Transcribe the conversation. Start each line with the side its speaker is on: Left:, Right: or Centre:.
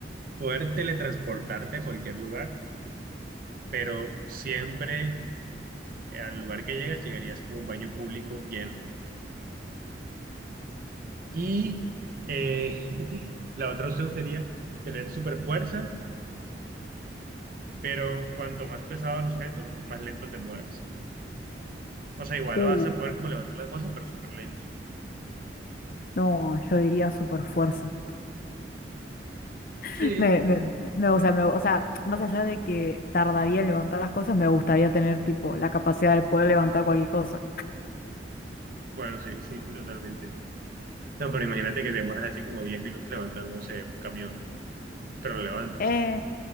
Right: ¿Poder teletransportarte a cualquier lugar, pero siempre al lugar que llegas, llegarías como un baño público lleno. Y eh, <laughs> la otra opción sería tener super fuerza, pero cuanto más pesado el objeto, más lento te mueves. O sea, igual
Left: Uh,
Right: vas a poder como levantar las cosas, pero súper lento.
Left: no, yo diría super fuerza. <laughs>
Right: Sí,
Left: Me, me, me- o sea, me- o sea, más allá de que tardaría en levantar las cosas, me gustaría tener tipo la capacidad de poder levantar cualquier cosa.
Right: Bueno, sí, sí, <laughs> totalmente. No, pero imagínate que te demoras así como 10 minutos levantando no sé un camión, pero lo levantas.
Left: Eh,